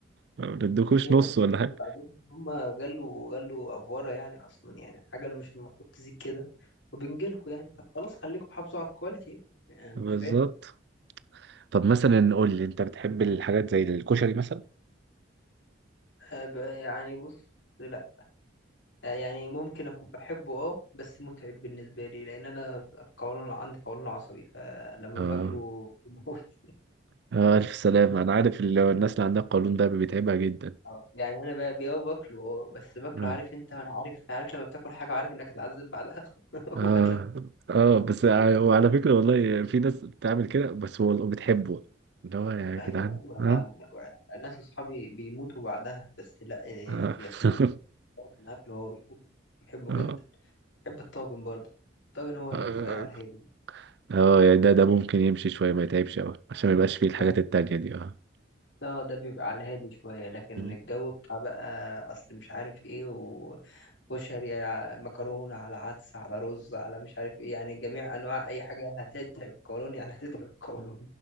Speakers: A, on the right; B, on the left.
A: ما
B: يعني
A: بتدوكوش
B: مش فاهم
A: نص ولا
B: بجد
A: حاجه
B: بعدين هم غلوا غلوا افوارة يعني اصلا يعني حاجة مش المفروض تزيد كده وبنجيلكوا يعني طب خلاص خليكم حافظوا على الكواليتي يعني أنا
A: بالظبط
B: مش فاهم
A: طب مثلا قول لي انت بتحب الحاجات زي الكشري مثلا
B: أه، ب- يعني بص لا أه، يعني ممكن اكون بحبه اه بس متعب بالنسبة لي لان انا قولون عندي قولون عصبي فلما
A: اه
B: باكله بيموتني
A: آه، ألف سلامة أنا عارف ال- الناس اللي عندها القولون ده بيتعبها جدا
B: آه، يعني انا بقى بقى باكله آه، بس باكله
A: آه
B: عارف انت وانا عارف عارف لما بتاكل حاجه وعارف انك هتعذب بعدها <laughs>
A: آه,
B: هو ده
A: آه بس آه، وعلى فكرة والله في ناس بتعمل كده بس هو بتحبه اللي هو يا
B: ايوه
A: جدعان
B: ايوه انا
A: آه
B: أنا ناس اصحابي بيموتوا بعدها بس لا يعني
A: آه
B: بياكلوه
A: <laughs>
B: برضه انا اكله هو بيحبه بيحبه
A: آه
B: جدا بيحب الطاجن برضه الطاجن هو اللي
A: آه
B: بيبقى على الهادي
A: آه، يعني ده ده ممكن يمشي شوية ما يتعبش أوي عشان ما يبقاش فيه الحاجات
B: فاهم؟
A: التانية دي آه
B: اه ده بيبقى على الهادي شويه لكن
A: مم.
B: الجو بتاع بقى اصل مش عارف ايه وكشري على مكرونه على عدس على رز على مش عارف ايه يعني جميع انواع اي حاجه هتتعب القولون يعني هتتعب القولون